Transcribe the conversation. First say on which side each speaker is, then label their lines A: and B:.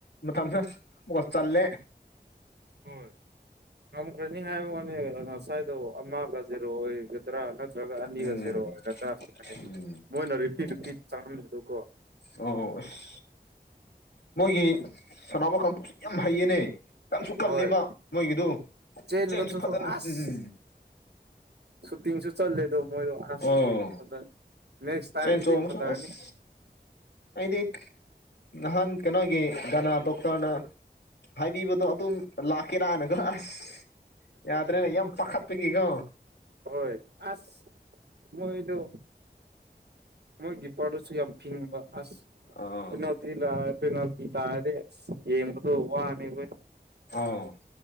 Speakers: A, on the left (about 80°); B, on the right (about 75°).
A: ꯃꯊꯪꯗ ꯒꯣꯜ ꯆꯟꯂꯦ
B: ꯍꯣꯏ ꯉꯝꯈ꯭ꯔꯅꯤ ꯍꯥꯏꯕ ꯋꯥꯅꯤ ꯉꯁꯥꯏꯗꯣ ꯑꯃꯒ ꯖꯤꯔꯣ ꯑꯣꯏꯒꯗ꯭ꯔꯥ ꯅ ꯅꯠꯇ꯭ꯔꯒ ꯑꯅꯤꯒ
A: ꯎꯝ
B: ꯖꯦꯔꯣ ꯑꯣꯏꯒꯗ꯭ꯔꯥ ꯁ
A: ꯎꯝ
B: ꯃꯣꯏꯅ ꯔꯤꯄꯤꯠ
A: ꯎꯝ
B: ꯔꯤꯄꯤꯠ ꯆꯪꯂꯟꯕꯗꯣ
A: ꯑꯣ ꯑꯁ ꯃꯣꯏꯒꯤ ꯁꯥꯟꯅꯕ ꯀꯥꯡꯕꯨꯁꯨ ꯌꯥꯝ ꯍꯩꯌꯦꯅꯦ ꯀꯟꯁꯨ
B: ꯍꯣꯏ
A: ꯀꯜꯂꯦꯕ ꯃꯣꯏꯒꯤꯗꯣ
B: ꯆꯦꯟꯕꯗꯨꯁꯨ
A: ꯆꯦꯡꯁꯨ ꯐꯖꯅ
B: ꯑꯁ
A: ꯎꯝ ꯎꯝ
B: ꯁꯨꯇꯤꯡꯁꯨ ꯆꯠꯂꯦꯗꯣ ꯃꯣꯏꯗꯣ ꯑꯁ
A: ꯑꯣ
B: ꯐꯖ ꯅꯦꯁ ꯇꯥꯏꯗꯗꯤ
A: ꯆꯦꯟ ꯆꯣꯡꯕꯁꯨ
B: ꯐꯆꯔꯅꯤ
A: ꯑꯁ ꯑꯩꯗꯤ ꯅꯍꯥꯟ ꯀꯩꯅꯣꯒꯤ ꯒꯅꯥ ꯗꯣꯛꯇꯔꯅ ꯍꯥꯏꯕꯤꯕꯗꯣ ꯑꯗꯨꯝ ꯂꯥꯛꯀꯦꯔꯥꯅ ꯀꯣ ꯑꯥꯁ ꯌꯥꯗ꯭ꯔꯦꯅꯦ ꯌꯥꯝ ꯄꯥꯈꯠꯄꯥꯒꯤꯀꯣ꯫
B: ꯍꯣꯏ ꯑꯥꯁ ꯃꯣꯏꯗꯣ꯫ ꯃꯣꯏꯒꯤ ꯄꯔꯗꯨꯁꯁꯨ ꯌꯥꯝ ꯐꯤꯡꯕ ꯑꯥꯁ
A: ꯑꯥ
B: ꯄꯦꯅꯥꯜꯇꯤꯗ ꯂꯥꯛꯑꯦ ꯍꯩꯄꯥꯗꯤ ꯌꯦꯡꯗꯨ ꯋꯥꯔꯦ ꯑꯩꯈꯣꯏ
A: ꯑꯣ